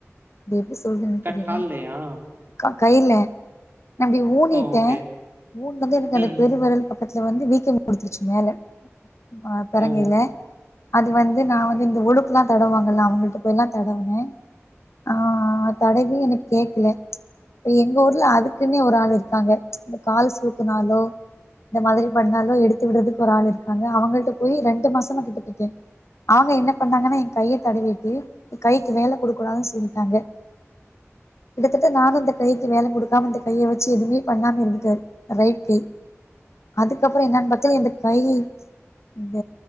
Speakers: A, on the left; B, on the right.
A: இத எப்டி சொல்றதுனே
B: கட்
A: தெரியல
B: கால்லயா?
A: க கயில நா இப்படி ஊனிட்ட
B: ஓ! ஓகே.
A: ஊன்னது எனக்கு
B: ம்,
A: அந்தப்
B: ம்.
A: வெரல் பக்கத்ல வந்து வீக்கோ குடுத்துருச்சு மேல அ பெரங்கையில
B: ஓ!
A: அது வந்து நா வந்து இந்த ஒழுக்குலா தடவாங்கல அவங்கள்ட்ட போய்லா தடவுனே ஆ அத் தடவி எனக்கு கேக்கல ம்ச் எங்க ஊர்ல அதுக்குனே ஒரு ஆள் இருக்காங்க ம்ச் அந்த கால் சுளுக்குனாலோ இந்த மாதிரி பண்ணாலு எடுத்து விடறதுக்கு ஒரு ஆள் இருக்காங்க அவங்கள்ட்ட போய் ரெண்டு மாசமா கிட்டத்தட்ட அவங்க என்ன பண்ணாங்கன்னா என் கைய தடவிட்டு என் கைக்கு வேல குடுக்கூடாதுனு சொல்டாங்க கிட்டதட்ட நானு இந்த கைக்கு வேல குடுக்காம இந்த கைய வச்சு எதுமே பண்ணாம இருந்துட்டே ரைட் கை அதுகப்புறோ என்னனு பாத்த இந்த கையி த